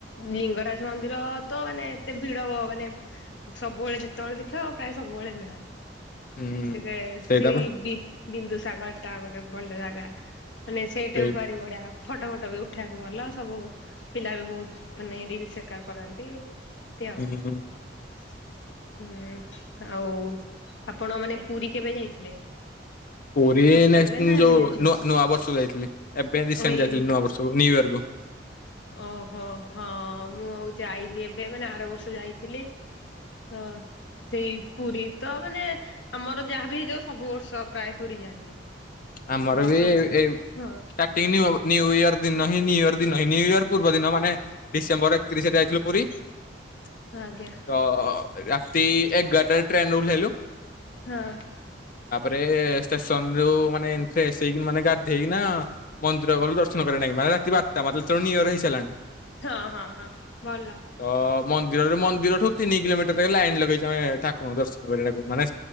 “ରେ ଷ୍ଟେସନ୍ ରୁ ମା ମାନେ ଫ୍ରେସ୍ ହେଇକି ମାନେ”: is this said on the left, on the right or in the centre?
Left